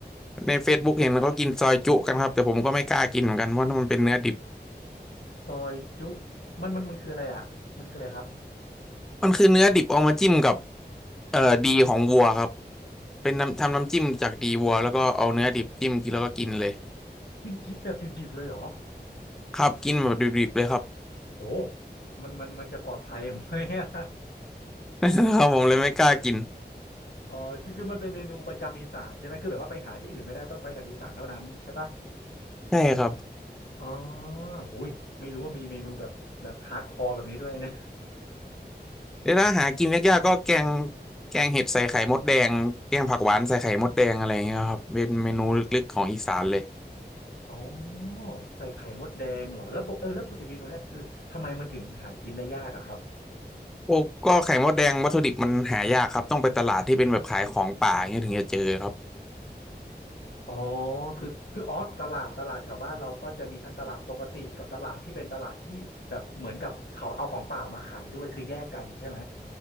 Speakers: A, in the centre; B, on the left.
A: ใน Facebook เห็นเขากินซอยจุกันครับแต่ผมก็ไม่กล้ากินเหมือนกันเพราะมันเป็นเนื้อดิบ
B: ซอยจุมันมันมันคืออะไรอ่ะมันคืออะไรครับ
A: มันคือเนื้อดิบเอามาจิ้มกับเอ่อดีของวัวครับ เป็นน้ำทำน้ำจิ้มจากดีวัวแล้วก็เอาเนื้อดิบจิ้มกินแล้วก็กินเลย
B: กินกินแบบดิบๆเลยเหรอ
A: ครับกินแบบดิบๆเลยครับ
B: โอ้มันมันมันจะปลอดภัยไหมอะ <laughs>
A: <laughs> ครับผมเลยไม่กล้ากิน
B: อ๋อคือคือมันเป็นเมนูประจำอีสานใช่ไหมคือแบบว่าไปหาที่อื่นไม่ได้ต้องไปทางอีสานเท่านั้นใช่ปะ
A: ใช่ครับ
B: อ๋ออุ้ยไม่รู้ว่ามีเมนูแบบแบบฮาร์ดคอร์แบบนี้ด้วยนะ
A: เดี๋ยวถ้าหากินยากๆก็แกงแกงเห็ดใส่ไข่มดแดงแกงผักหวานใส่ไข่มดแดงอะไรอย่างเงี้ยครับเป็นเมนูลึกๆของอีสานเลย
B: <laughs> อ๋อใส่ไข่มดแดงเหรอ แล้วปกเออแล้วปกติเมนูเนี่ยคือทำไมมันถึงหากินได้ยากอะครับ
A: โอ้ก็ไข่มดแดงวัตถุดิบมันหายากครับต้องไปตลาดที่เป็นแบบขายของป่าอย่างเงี้ยถึงจะเจอครับ
B: อ๋อคือคืออ๋อตลาดตลาดแถวบ้านเราก็จะมีทั้งตลาดปกติกับตลาดที่เป็นตลาดที่แบบเหมือนกับเขาเอาของป่ามาขายด้วย คือแยกกันใช่ไหม